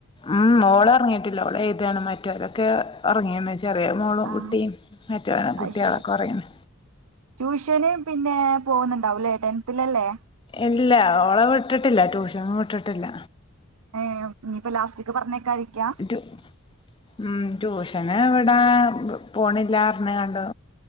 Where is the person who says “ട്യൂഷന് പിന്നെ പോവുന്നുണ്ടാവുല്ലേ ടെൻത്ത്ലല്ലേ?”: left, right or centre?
Right